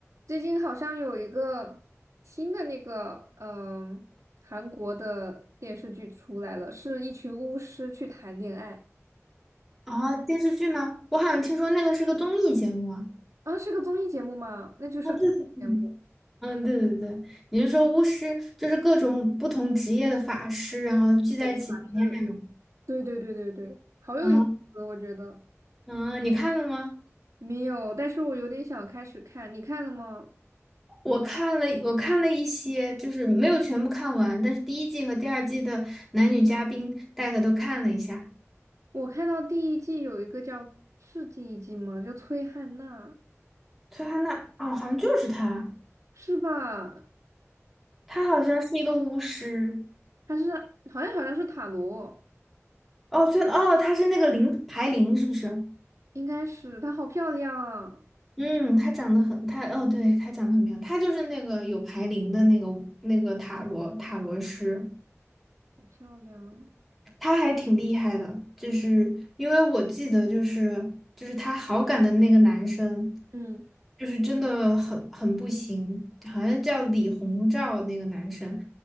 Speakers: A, on the right (about 80°); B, in the centre.
A: 最近好像有一个新的那个，嗯、韩国的电视剧出来了，是一群巫师去谈恋爱
B: 啊，电视剧吗？我好像听说那个是个综艺节目啊。
A: 啊，是个综艺节目吗？那就是综艺节目，
B: 啊，对对对，嗯，对对对，你是说巫师就是各种不同职业的法师，然后聚在一起谈恋爱吗？
A: 对，法师，对对对对对，好有意思，
B: 啊，
A: 我觉得
B: 嗯，你看了吗？
A: 没有，但是我有点想开始看，你看了吗？
B: 我看了，我看了一些，就是没有全部看完，但是第一季和第二季的男女嘉宾大概都看了一下。
A: 我看到第一季有一个叫是第一季吗？叫崔汉娜，
B: 崔汉娜，哦，好像就是她，
A: 是吧？
B: 她好像是一个巫师。
A: 她是好像好像是塔罗，
B: 哦，崔，哦，她是那个零排零，是不是？
A: 应该是她好漂亮啊，
B: 嗯，他长得很，他哦，对，他长得很漂亮，他就是那个有牌灵的那个那个塔罗塔罗师，
A: 好漂亮啊。
B: 他还挺厉害的，就是因为我记得就是就是他好感的那个男生，
A: 嗯，
B: 就是真的很很不行，好像叫李鸿照那个男生，